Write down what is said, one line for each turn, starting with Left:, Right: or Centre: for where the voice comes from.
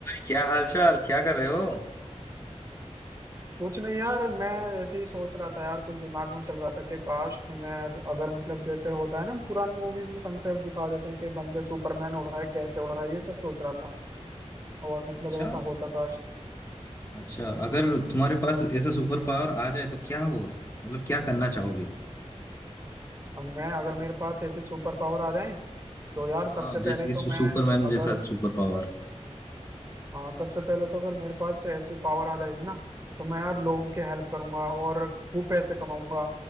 Left: क्या हालचाल क्या कर रहे हो
Right: कुछ नहीं यार मैं ऐसे ही सोच रहा था यार कुछ दिमाग में चल रहा था कि काश मैं अज- अगर मतलब जैसे होता है ना पुरानी मूवीज में कंसेप्ट दिखा देते हैं कि बंदे सुपरमैन उड़ रहा है कैसे उड़ रहा है ये सब सोच रहा था और मतलब
Left: अच्छा
Right: ऐसा होता काश
Left: अच्छा अगर तुम्हारे पास ऐसा सुपर पावर आ जाए तो क्या होगा मतलब क्या करना चाहोगे
Right: हम मैं अगर मेरे पास ऐसी सुपर पावर आ जाए तो यार सबसे
Left: हाँ
Right: पहले
Left: जैसे कि
Right: तो
Left: सु,
Right: मैं
Left: सुपरमैन
Right: अगर
Left: जैसा सुपर पावर
Right: हाँ सबसे पहले तो अगर मेरे पास से ऐसी पावर आ जाएगी ना तो मैं यार लोगों की हेल्प करूंगा और खूब पैसे कमाऊंगा